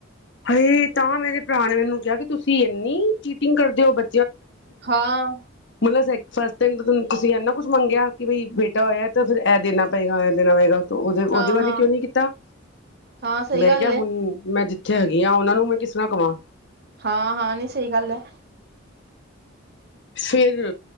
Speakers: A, on the left (about 60°); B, on the right (about 55°).
A: ਹਜ ਤਾਂ ਮੇਰੇ ਭਰਾ ਨੇ ਮੈਨੂੰ ਕਿਹਾ ਕਿ ਤੁਸੀਂ ਇੰਨੀ ਚੀਟਿੰਗ ਕਰਦੇ ਹੋ। ਬੇ
B: ਹਾਂ
A: <unintelligible> ਫਸਟ ਟਾਈਮ ਤੁਸੀਂ। ਐਨਾ ਕੁਛ ਮੰਗਿਆ ਕਿ ਬਈ ਬੇ <unintelligible> ਹੋਆ ਤਾਂ ਫਿਰ ਇਹ ਦੇਣਾ ਪਏਗਾ। ਇਹ ਦੇਣਾ ਪਏਗਾ ਉਹਦੇ ਉਹਦੇ
B: ਹਾਂ
A: ਬਾਰੇ
B: ਹਾਂ
A: ਕਿਉਂ ਨੀ ਕੀਤਾ?
B: ਹਾਂ ਸਹੀ
A: ਮੈਂ
B: ਗੱਲ
A: ਕਿਹਾ ਹੁਣ
B: ਹੈ
A: ਮੈਂ ਕਿੱਥੇ ਹੈਗੀਆਂ ਉਹਨਾਂ ਨੂੰ ਮੈਂ ਕਿਸ ਤਰ੍ਹਾਂ ਕਹਵਾਂ?
B: ਹਾਂ, ਹਾਂ। ਨਹੀਂ, ਸਹੀ ਗੱਲ ਹੈ।
A: ਫੇਿਰ